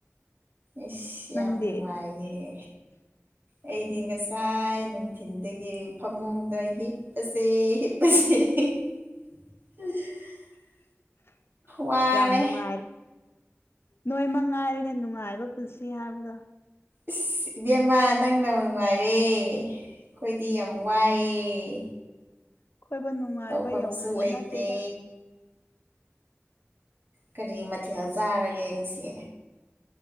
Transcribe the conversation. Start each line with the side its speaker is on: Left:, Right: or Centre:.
Right: ꯏꯁ
Left: ꯅꯪꯗꯤ
Right: ꯌꯥꯝ ꯅꯨꯡꯉꯥꯏꯅꯦꯍꯦ
Left: <inaudible>
Right: ꯑꯩꯗꯤ ꯉꯁꯥꯏ ꯅꯨꯡꯊꯤꯟꯗꯒꯤ ꯐꯃꯨꯡꯗ ꯍꯤꯞꯄꯁꯦ ꯍꯤꯞꯄꯁꯦ
Left: <inaudible>
Right: <unintelligible>
Left: <inaudible>
Right: ꯋꯥꯔꯦ
Left: ꯌꯥꯝ ꯅꯨꯡꯉꯥꯏꯔꯦ ꯅꯣꯏ ꯃꯉꯥꯏꯔꯅꯦ ꯅꯨꯡꯉꯥꯏꯕ ꯄꯨꯟꯁꯤ ꯍꯥꯏꯕꯗꯣ
Right: ꯏꯁ ꯏꯕꯦꯝꯃ ꯅꯪꯅꯕꯨ ꯅꯨꯡꯉꯥꯢꯔꯦ ꯑꯩꯈꯣꯏꯗꯤ ꯌꯥꯝ ꯋꯥꯏꯑꯦ
Left: ꯑꯩꯈꯣꯏꯕꯨ ꯅꯨꯡꯉꯥꯏꯕ
Right: ꯇꯧꯐꯝꯁꯨ
Left: ꯌꯧꯄꯣꯠ
Right: ꯂꯩꯇꯦ
Left: ꯅꯠꯇꯦꯗ
Right: ꯀꯔꯤ ꯃꯊꯦꯜ ꯆꯥꯔꯒꯦ ꯉꯁꯤ